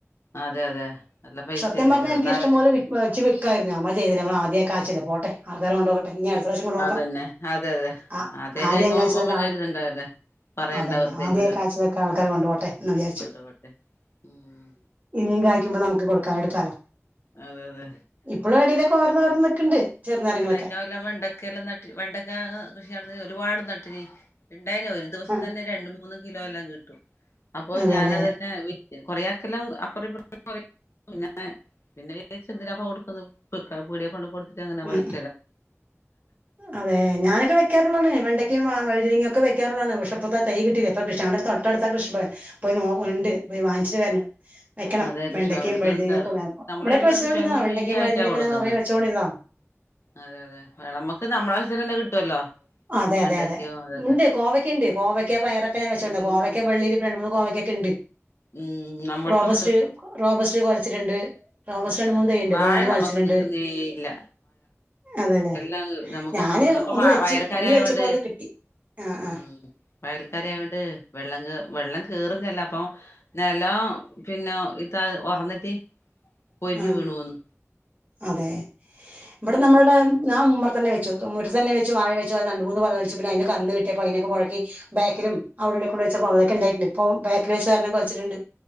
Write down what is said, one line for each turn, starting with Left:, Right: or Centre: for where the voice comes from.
Left: അതെ അതെ നല്ല പൈസയല്ലേ
Right: സത്യം പറഞ്ഞാലെനിക്കിഷ്ടം
Left: ചെറുനാരങ്ങൊക്കെ
Right: പോലെ, വിൽ പറിച്ചുവിൽ അമ്മ ചെയ്തില്ല. നമ്മൾ ആദ്യായികായ്ച്ചല്ലേ പോട്ടെ, ആൾക്കാരു കൊണ്ടുപൊയ്ക്കോട്ടെ ഇനി അടു ഒരു പ്രാവശ്യക്കൂടെ നോക്കാം.
Left: അതന്നെ അതെ അതെ
Right: ആ..
Left: ആദ്യായിട്ട്
Right: ആദ്യം
Left: കഴിക്കുമ്പോ
Right: കായ്ച്ചതൊക്കെ
Left: പിന്നെ
Right: ആൾ
Left: ഒരിതുണ്ടാവൂല്ലേ പറയണ്ട
Right: അതന്നെ
Left: വെറുതെങ്കിലും
Right: ആദ്യായി കായ്ചതൊക്കെ ആൾക്കാരു കൊണ്ടുപോട്ടെ യെന്നുവിചാരിച്ചു
Left: കൊണ്ടോവട്ടെ ഉം
Right: ഇനിയും കായ്ക്കുമ്പോ നമുക്ക് കൊട്ക്കാ എട്ക്കാലോ
Left: അതെ തെ
Right: ഇപ്പളും എടേലൊക്കെ ഓരോന്നോരോന്ന് നിക്ക്ണ്ട് ചെറുനാരങ്ങളൊക്കെ
Left: കഴിഞ്ഞൊല്ലം വെണ്ടക്കെല്ലാം നട്ടി വെണ്ടക്ക കൃഷി നട്ട് ഒരുപാട് നട്ടീന് ഇണ്ടായിനി ഒരു ദിവസം
Right: ആ
Left: തന്നെ രണ്ട് മൂന്ന് കിലോ എല്ലാം കിട്ടും അപ്പൊ
Right: അതെല്ലേ
Left: ഞാനതെന്നെ വിറ്റ് കൊറേയാക്കെല്ലാം അപ്പറും ഇപ്പറും കൊറേയാക്കെല്ലാം പിന്നെ പിന്നെ വിജാരിച്ച് എന്തിനാപ്പം കൊടുക്കുന്നേ പീടിയേ കൊണ്ട് കൊടുത്തിട്ട് അങ്ങനെ പൈസ
Right: ഉം അതെ ഞാനൊക്കെ വെക്കാറുള്ളാണ് വെണ്ടക്കിം വഴുതനങ്ങിം ക്കെ ഒക്കെ വെക്കാറുള്ളാണ് പക്ഷേ പ്പൊ തൈ കിട്ടയില്ല പ്പ ഞങ്ങടെ തൊട്ടടുത്താ കൃഷിഭവൻ പോ നോഇണ്ട് പോയി വങ്ങിച്ചിട്ട് വരണം വെക്കണം
Left: അതെ
Right: വെണ്ടക്കയും
Left: കൃഷിഭവന്റെത്ത്
Right: വഴുനങ്ങയൊക്കെ
Left: നമ്മള്
Right: ഇവിടെക്കെ
Left: ഇടുന്ന
Right: വെച്ചതോണ്ടിന്നു
Left: കൃഷിഭവൻന്ന്
Right: വെണ്ടക്കയും
Left: ഫ്രീ ആയിട്ടാ
Right: വഴുതനങ്ങയൊക്കെ
Left: കൊടുക്കുന്നെ
Right: ഞൻപറഞ്ഞു വെച്ചുകൊണ്ടിരുന്നോ
Left: അതെ അതെ നമ്മുക്ക് നമ്മളാവശ്യത്തിന് തന്നെ കിട്ടുവല്ലോ
Right: അതെ
Left: വെണ്ടക്കയോ
Right: അതെ അതെ
Left: അതല്ല
Right: ഉണ്ട് കോവയ്ക്കുയുണ്ട് കോവയ്ക്ക പയറൊക്കെ ഞൻ വെച്ചോണ്ട
Left: എല്ലാം
Right: കോവയ്ക്ക
Left: ഉണ്ട്
Right: വള്ളിൽ മൂന്ന് കോവയ്ക്കൊക്കെ ഉണ്ട്
Left: ഉം നമ്മടത്തും
Right: റോബസ്റ്റ് റോബസ്റ്റ് കുലച്ചിട്ടുണ്ട്. റോബസ്റ്റ്
Left: അ ആ
Right: രണ്ട് മൂന്ന് തൈയ്യുണ്ട്
Left: വാഴ
Right: ഒന്ന് കുലച്ചിട്ടുണ്ട്
Left: നമുക്ക് നിക്കുന്നേയില്ല
Right: അതെല്ലേ
Left: എല്ലാം നമുക്ക്
Right: ഞാന്
Left: എന്താഇപ്പൊ
Right: ഒന്ന് വെച്ചു
Left: വയൽക്കര
Right: ഒന്ന്
Left: ആയൊണ്ട്
Right: വെച്ചപ്പോ അത് കിട്ടി ആഹ്
Left: ഉം
Right: ആഹ്
Left: വയൽക്കാരയൊണ്ട് വെള്ളം കേ വെള്ളം കേറുന്നല്ല അപ്പൊ നെലോ പിന്നെ ഇതാ ഉറന്നിട്ട് പൊരിഞ്ഞു
Right: ആഹ് ആഹ്
Left: വീണുവന്ന്
Right: അതെ ഇവിടെ നമ്മളുടെ ഞാൻ ഉമ്മറത്തന്നെ വെച്ചോടുത്തു ഉമ്മറത്തന്നെ വാഴവെച്ചു രണ്ട് മൂന്ന് കൊല വെച്ചു പിന്നെ അതിന്ന് കന്ന് കിട്ടിയപ്പോ അതിനൊക്കെ പുഴക്കി ബാക്കിൽ അവിടെ കൊണ്ട് വെച്ചപ്പോ അതൊക്കെണ്ടായിട്ടുണ്ട് ഇപ്പൊ ബേകില് വെച്ചൊരെണ്ണം കൊലച്ചിട്ടുണ്ട്